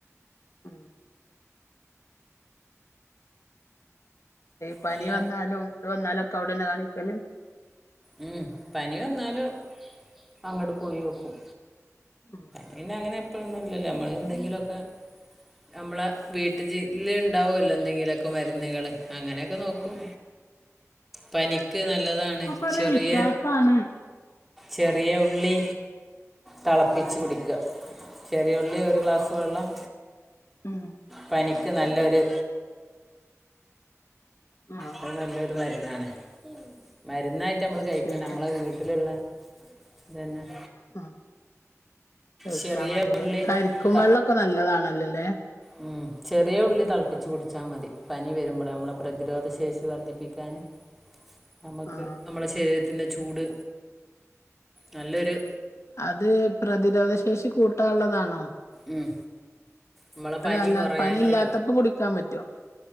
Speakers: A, on the left (about 60°); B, in the centre.
A: ആ പനി
B: നല്ല
A: വന്നാലും എന്തന്നാലുംക്കെ അവിടെന്നെ കാണിക്ക പിന്നെ
B: ഉം പനി വന്നാലും അങ്ങോട്ട് പോയിയോക്കും
A: ഉം
B: പിന്നെ അങ്ങനെ ഇപ്പഴൊന്നുംല്ലല്ലോ നമ്മള് എന്തെങ്കിലുമൊക്കെ നമ്മളെ വീട്ടില് ഉണ്ടാവുമല്ലോ എന്തെങ്കിലുമൊക്കെ മരുന്നുകൾ അങ്ങനെയൊക്കെ നോക്കും പനിക്ക് നല്ലതാണ്
A: ഒരേവിശ്വാസാണ്
B: ചെറിയ ചെറിയ ഉള്ളി തെളപ്പിച്ച് കുടിക്കുക ചെറിയുള്ളി ഒരു ഗ്ലാസ് വെള്ളം
A: ഉം
B: പനിക്ക് നല്ലൊര്
A: ആഹ്
B: അത് നല്ലൊരു മരുന്ന തന്നെ മരുന്നായിട്ട് നമ്മള് കഴിക്കണം
A: പിന്നെ
B: നമ്മളെ വീട്ടിലിള്ള <inaudible>
A: ആ കഴിച്ചാ
B: ചെറിയ
A: മതിലേ
B: ഉള്ളി
A: കരിക്കും
B: ത
A: വെള്ളോക്കെ നല്ലതാണല്ലോ അല്ലേ
B: ഉം ചെറിയ ഉള്ളി തിളപ്പിച്ച് കുടിച്ചാ മതി പനി വരുമ്പള് നമ്മളെ പ്രതിരോധ ശേഷി വർദ്ധിപ്പിക്കാന് <inaudible>
A: ആഹ്
B: നമ്മളെ ശ് ന്റെ ചൂട് നല്ലൊര്
A: അത് പ്രതിരോധ ശേഷി കൂട്ടാള്ളതാണോ
B: ഉം മ്മള പനി
A: അല്ല
B: കൊറയാനള്ള
A: പനി ഇല്ലാത്തപ്പോ കുടിക്കാൻ പറ്റോ